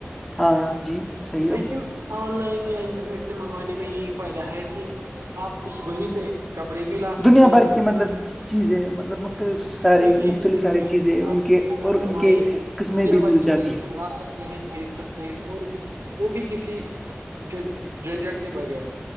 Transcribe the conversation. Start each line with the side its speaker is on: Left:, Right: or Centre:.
Centre: ہاں جی صحیح
Right: لیکن آن لائن یا انٹرنیٹ سے منگوانے میں یہی فائدہ ہے کہ آپ اس وہی پہ کپڑے بھی لا سکتے
Centre: دنیا
Right: ہو
Centre: بھر کی مطلب چیزیں مطلب مختلف سارے
Right: وہی جی
Centre: مختلف
Right: بے شک
Centre: ساری
Right: بے شک
Centre: چیزیں
Right: ہاں
Centre: ان
Right: آپ نے
Centre: کے
Right: صحیح بات
Centre: اور
Right: فرمائی
Centre: ان کے قسمیں
Right: دنیا
Centre: بھی
Right: بھر
Centre: مل
Right: کی
Centre: جاتی
Right: چیزیں
Centre: ہے
Right: ہم لا سکتے ہیں کھرید سکتے ہیں اور وہ بھی کسی جن جھنجٹ کے بغیر